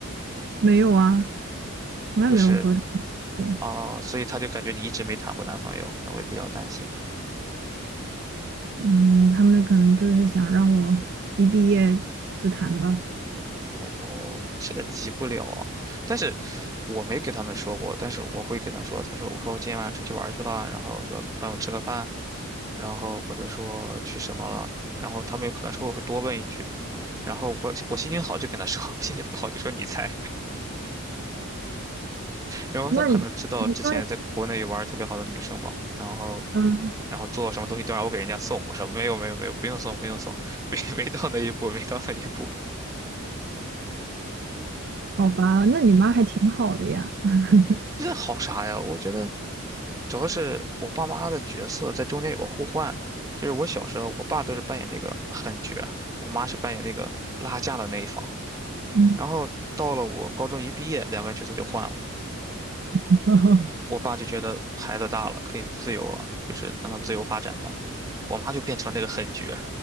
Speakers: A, on the right; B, on the right.
A: 没有啊，从来没有和他们过。
B: 就是啊，哦所以他就感觉你一直没谈过男朋友，可能会比较担心。
A: 嗯，他们可能就是想让我一毕业就谈吧。
B: 哦，这个急不了啊但是我没给他们说过，但是我会给他说，他说我说我今天晚上出去玩去了，然后说跟朋友吃个饭，然后或者说去什么了，然后他们有可能说我会多问一句，然后我我心情好就跟他说，<laughs> 我心情不好就说你猜，然后他可能知道之前在国内有玩特别好的女生嘛，
A: 那你，你说，
B: 然后
A: 嗯，
B: 然后做什么东西都让我给人家送，我说没有没有没有，不用送不用送，<laughs> 没没到那一步没到那一步，
A: 好吧，那你妈还挺好的呀。<laughs>
B: <laughs> 这好啥呀？我觉得。主要是我爸妈的角色在中间有个互换，就是我小时候，我爸都是扮演那个狠角儿，我妈是扮演那个拉架的那一方。
A: 嗯，
B: 然后到了我高中一毕业，两个人角色就换了。
A: <laughs>
B: 我爸就觉得孩子大了，可以自由了，就是让他自由发展吧。我妈就变成了那个狠角儿，